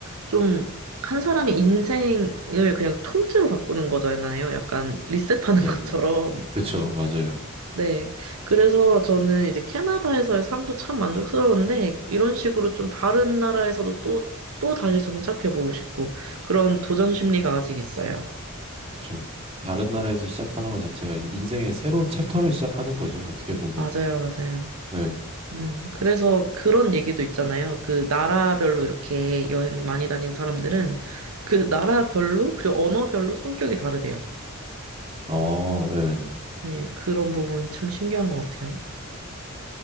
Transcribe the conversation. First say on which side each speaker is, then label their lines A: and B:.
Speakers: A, on the right; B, on the right.
A: 좀 한 사람의 인생을 그냥 통째로 바꾸는 거잖아요. 약간 리셋하는
B: 네네.
A: <laughs> 것처럼.
B: 그쵸. 맞아요.
A: 네. 그래서 저는 이제 캐나다에서의 삶도 참 만족스러운데 이런 식으로 좀 다른 나라에서도 또, 또 다시 정착해보고 싶고 그런 도전 심리가 아직 있어요.
B: 그쵸. 다른 나라에서 시작하는 것 자체가 인생의 새로운 챕터를 시작하는 거죠. 어떻게 보면은.
A: 맞아요, 맞아요.
B: 네.
A: 음, 그래서 그런 얘기도 있잖아요. 그 나라별로 이렇게 여행 많이 다닌 사람들은 그 나라별로, 그리고 언어별로 성격이 다르대요.
B: 어, 네.
A: 네, 그런 부분이 참 신기한 것 같아요.